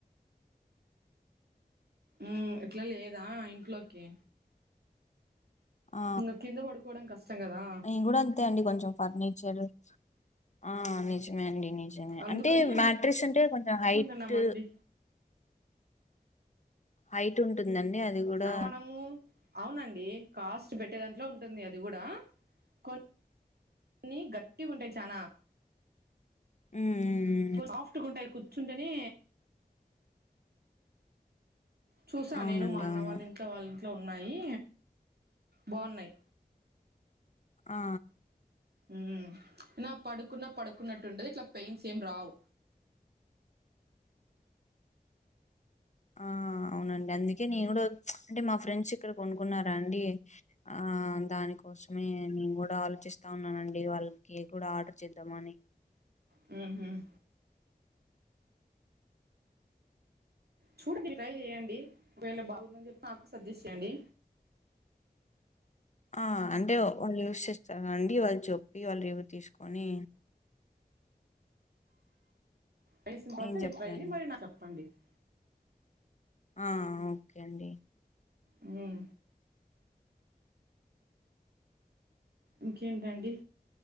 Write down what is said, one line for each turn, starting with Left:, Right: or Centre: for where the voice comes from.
Right: ఉం ఏట్లా లేదా ఇంట్లోకి
Left: ఆ
Right: ఇంగ కింద పడుకోవడం కష్టం గదా
Left: నేను కూడా అంతే అండి కొంచెం ఫర్నిచర్ ఆ నిజమే అండి నిజ
Right: అందుకని
Left: అంటే మ్యాట్రిసు అంటే కొంచెం
Right: అనుకుంటున్నామండి
Left: హైట్ హైట్ ఉంటుందండి అది కూడా
Right: అవును మనము అవునండి కాస్ట్ పెట్టే దాంట్లో ఉంటుంది అది కూడా కొ కొన్ని గట్టి గుంటాయి చానా
Left: ఉం
Right: సాఫ్ట్గా ఉంటాయి కూర్చుంటేనే చూసా
Left: అవునండి
Right: నేను మా అన్న
Left: అవును
Right: వాళ్ళ ఇంట్లో వాళ్ళ ఇంట్లో ఉన్నాయి బాగున్నాయి
Left: ఆ
Right: ఉం నా పడుకున్న పడుకున్నట్టు ఉండదు ఇట్లా పెయిన్స్ ఏం రావు
Left: ఆ అవునండి అందుకే నేను కూడా చ్ అంటే మా ఫ్రెండ్స్ ఇక్కడ కొనుకున్నారా అండి ఆ దానికోసమే నేను కూడా ఆలోచిస్తా ఉన్నానండి వాళ్ళ కి కూడా ఆర్డర్ చేద్దామని
Right: హు హామ్ చూడండి మీరూ ట్రై చెయండి ఒకవేళ బాగుందని చెప్పి నాకు సజెస్ట్ చేయండి
Left: ఆ అంటే వాళ్ళు యూస్ చేస్తారు గా అండి వాళ్ళు చప్పి వాళ్ళు యూస్ తీసుకొని
Right: వేసిన తర్వాత
Left: నేను చెప్తాను.
Right: ఇ ట్రైని మరి నాకు చెప్పండి <unintelligible>
Left: ఆ ఓకే అండి
Right: ఉం ఇంకేంటండి